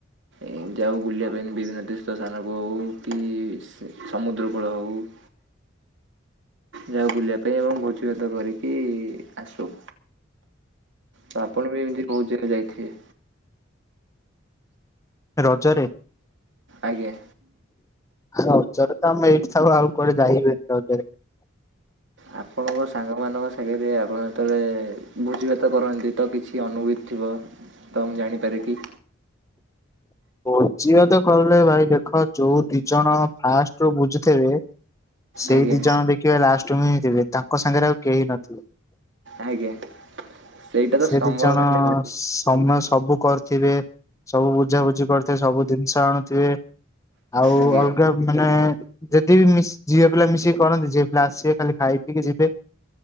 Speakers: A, on the right; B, on the left.
A: ଏ ଯାଉ ବୁଲିବା ପାଇଁ। ବିଭିନ୍ନ ତୀର୍ଥ ସ୍ଥାନକୁ ହଉ, କି ସମୁଦ୍ର ଫୂଳ ହଉ। <inaudible> ଯାଉ ବୁଲିବା ପାଇଁ, ଏବଂ ଭୋଜି ଭାତ କରିକି ଆସୁ। ତ ଆପଣ ବି ଏମିତି ବୋହୁତ୍ ଜାଗା ଯାଇଥିବେ।
B: ରଜରେ।
A: ଆଜ୍ଞା।
B: ରଜରେ ତ ଆମେ ଏଇଠି ଥାଉ। ଆଉ କୁଆଡେ ଯାଇ ହୁଏନି ରଜରେ।
A: ଆପଣଙ୍କ ସାଙ୍ଗମାନଙ୍କ ସାଙ୍ଗରେ ଆପଣ ଯେତେବେଳେ ଭୋଜିଭାତ କରନ୍ତି ତ କିଛି ଅନୁଭୂତି ଥିବ? ତ ମୁଁ ଜାଣିପାରେ କି?
B: ଭୋଜି ଭାତ କଲେ ଭାଇ ଦେଖ ଯୋଉ ଦିଜଣ ଫାଷ୍ଟରୁୁ ବୁଝୁଥିବେ ସେଇ
A: ଆଜ୍ଞା
B: ଦି ଜଣ ଦେଖିବ ଲାଷ୍ଟ୍ କୁ ହିଁ ଥିବେ ତାଙ୍କ ସାଙ୍ଗରେ ଆଉ କେହି ନଥିବେ।
A: ଆଜ୍ଞା ସେଇଟା ତ
B: ସେ
A: ସମସ୍ତଙ୍କ
B: ଦି ଜଣ
A: ସାଙ୍ଗରେ ଘଟେ
B: ସମୟ ସବୁ କର ଥିବେ ସବୁ ବୁଝାବୁଝି କରିଥିବେ ସବୁ ଜିନିଷ ଆଣୁଥିବେ ଆଉ
A: ଆଜ୍ଞା
B: ଅଲଗା ମାନେ ଯଦିବି ମି ଝିଅ ପିଲା ମିଶିକି କରନ୍ତି ଝିଅ ପିଲା ଆସିବେ ଖାଲି ଖାଇ ପିଇକି ଯିବେ।